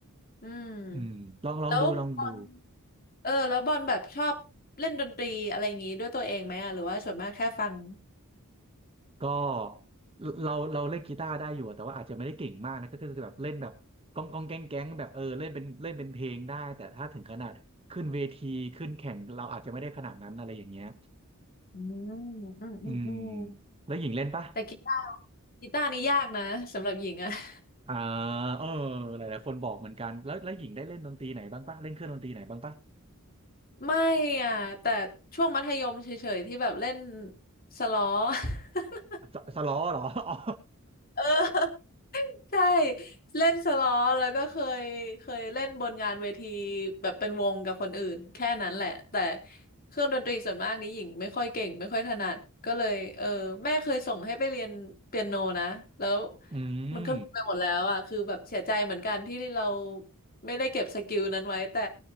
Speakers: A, on the left; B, on the right.
A: อืม
B: อืมลองลองดูลองดู
A: แล้วบอลเออแล้วบอลแบบชอบเล่นดนตรีอะไรอย่างงี้ด้วยตัวเองไหมอ่ะหรือว่าส่วนมากแค่ฟัง
B: ก็เราเราเล่นกีตาร์ได้อยู่อะแต่ว่าอาจจะไม่ได้เก่งมากนะก็คือแบบเล่นแบบก้องก้องแก๊งแก๊งแบบเออเล่นเป็นเล่นเป็นเพลงได้แต่ถ้าถึงขนาดขึ้นเวทีขึ้นแข่งเราอาจจะไม่ได้ขนาดนั้นอะไรอย่างเงี้ย
A: อืมอืมอืมอืม
B: อืมแล้วหญิงเล่นปะ
A: แต่กีตาร์กีตาร์นี่ยากนะสำหรับหญิงอะ <laughs>
B: อ่าเออหลายๆคนบอกเหมือนกันแล้วแล้วหญิงได้เล่นดนตรีไหนบ้างปะเล่นเครื่องดนตรีไหนบ้างปะ
A: ไม่อ่ะแต่ช่วงมัธยมเฉยๆที่แบบเล่นสล้อ <laughs>
B: สสล้อเหรอ <laughs> อ๋อ
A: เออ <laughs> ใช่เล่นสล้อแล้วก็เคยเคยเล่นบนงานเวทีแบบเป็นวงกับคนอื่นแค่นั้นแหละแต่เครื่องดนตรีส่วนมากนี้หญิงไม่ค่อยเก่งไม่ค่อยถนัดก็เลยเออแม่เคยส่งให้ไปเรียนเปียโนนะแล้ว
B: อืม
A: มันก็ลืมไปหมดแล้วอ่ะคือแบบเสียใจเหมือนกันที่เราไม่ได้เก็บสกิลนั้นไว้แต่